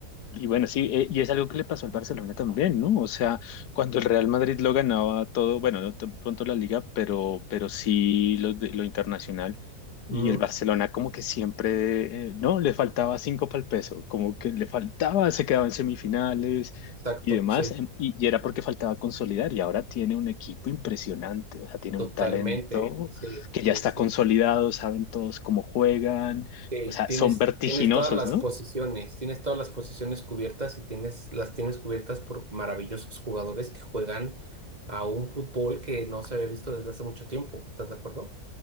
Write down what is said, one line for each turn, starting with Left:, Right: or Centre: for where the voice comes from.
Left: Y bueno, sí, eh, y es algo que le pasó al Barcelona también, ¿no? O sea, cuando el Real Madrid lo ganaba todo, bueno, no tan pronto la liga, pero, pero sí lo, de- lo internacional. Y
Right: Sí.
Left: el Barcelona como que siempre, eh, ¿no? Le faltaba cinco para el peso, como que le faltaba, se quedaba en semifinales
Right: Exacto,
Left: y demás,
Right: sí,
Left: em, y, y era porque faltaba consolidar. Y ahora tiene un equipo impresionante, o sea, tiene
Right: totalmente,
Left: un talento
Right: sí,
Left: que
Right: sí,
Left: ya está
Right: sí.
Left: consolidado, saben todos cómo juegan,
Right: Sí,
Left: o sea,
Right: tienes,
Left: son vertiginosos,
Right: tienes todas las
Left: ¿no?
Right: posiciones, tienes todas las posiciones cubiertas y tienes, las tienes cubiertas por maravillosos jugadores que juegan a un fútbol que no se había visto desde hace mucho tiempo, ¿estás de acuerdo?